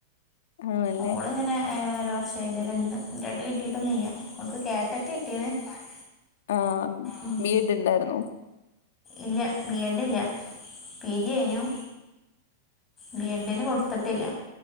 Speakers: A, on the left; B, on the left.
A: ആണല്ലേ
B: ഓള് ഇങ്ങനെ ഏഹ് ഒരു വർഷം എഴുതലുണ്ട്, എന്നിട്ട് കിട്ടിയൊന്നുമില്ല, ഓൾക്ക് കാറ്റ എനിക്ക് കിട്ടിയേനെ ആഹ്
A: ആഹ്
B: ഉം.
A: ബി എഡ് ഉണ്ടായിരുന്നോ
B: ഇല്ല ബി എഡ് ഇല്ല പി ജി കഴിഞ്ഞു. ബി എഡ് കൊടുത്തിട്ടില്ല.